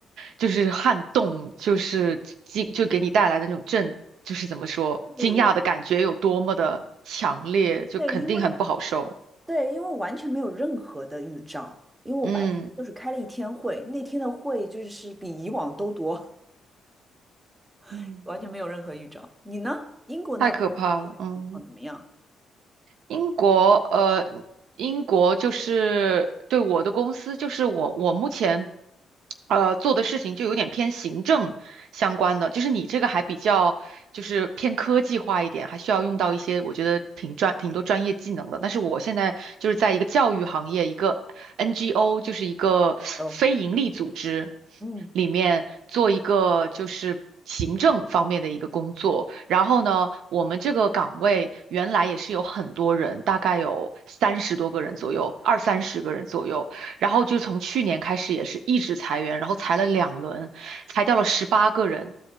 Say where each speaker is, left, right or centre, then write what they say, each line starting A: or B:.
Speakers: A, on the right; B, on the right.
A: 就是撼动，就是惊，就给你带来的那种震，就是怎么说，惊讶的感觉有多么的强烈，
B: 对，我
A: 就肯定很不好受。
B: 对，因为对，因为我完全没有任何的预兆，因为我白天就是开了一天会，
A: 嗯，
B: 那天的会就是比以往都多，
A: 嗯，
B: <laughs> 完全没有任何预兆。你呢？英国那边的就业情况怎么样？
A: 太可怕了，嗯。英国，呃，英国就是对我的公司，就是我我目前，呃，做的事情就有点偏行政相关的，就是你这个还比较就是偏科技化一点，还需要用到一些我觉得挺专挺多专业技能的。但是我现在就是在一个教育行业，一个 NGO，就是一个 <laughs>
B: 哦，
A: 非盈利组织。
B: 嗯，
A: 里面做一个就是行政方面的一个工作。然后呢，我们这个岗位原来也是有很多人，大概有三十多个人左右，二三十个人左右。然后就从去年开始也是一直裁员，然后裁了两轮，裁掉了十八个人，